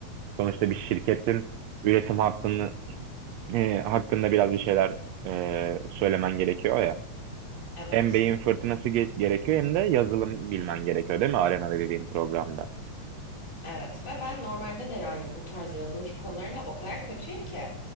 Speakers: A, on the right (about 75°); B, on the left (about 25°).
A: Sonuçta bir şirketin üretim hattını e, hakkında biraz bir şeyler e, söylemen gerekiyor ya.
B: Evet.
A: Hem beyin fırtınası ge- gerekiyor hem de yazılım bilmen gerekiyor değil mi? Arena'da dediğim programda.
B: Evet ve ben normalde de yani bu tarz yazılım konularında o kadar kötüyüm ki